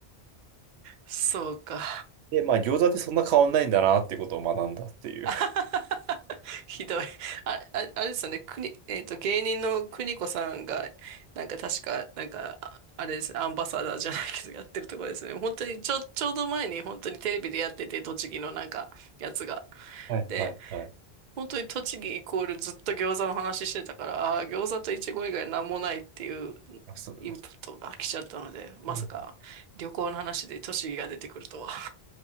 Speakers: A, on the right; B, on the right.
A: そうか。
B: で、まあ餃子ってそんな変わんないんだなってことを学んだっていう。
A: <laughs> ひどい。あ、あ、あれですよね、国、えっと、芸人の邦子さんが、なんか確か、なんか、ああれですね、アンバサダーじゃないけど、やってるところですよね。本当に、ちょ、ちょうど前に、本当にテレビでやってて、栃木のなんか、やつが。
B: はいはいはい。
A: で、本当に栃木イコールずっと餃子の話してたから、あー餃子とイチゴ以外なんもないっていう
B: <laughs> あそうだな。
A: インプットが来ちゃったので、まさか旅行の話で栃木が出てくるとは。
B: うん